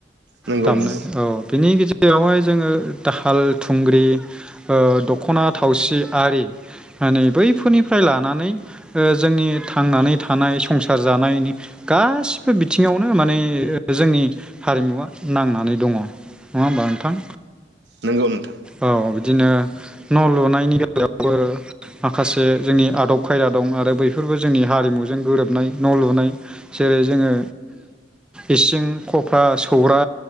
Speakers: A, on the right (about 70°); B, in the centre.
A: नंगौ
B: दामनाय
A: नंगौ
B: औ बिनि गेजेरावहाय जोङो दाहाल थुंग्रि ओ दख'ना थावसि आरि माने बैफोरनिफ्राय लानानै ओ जोंनि थांनानै थानाय संसार जानायनि गासिबो बिथिङावनो माने जोंनि हारिमुवा नांनानै दङ नङा होमबा नोंथां
A: नंगौ नोंथां
B: औ बिदिनो न' लुनायनि बेलायावबो माखासे जोंनि आदब खायदा दं आरो बैफोरबो जोंनि हारिमुजों गोरोबनाय न' लुनाय जेरै जोङो इसिं क फ्रा सौरा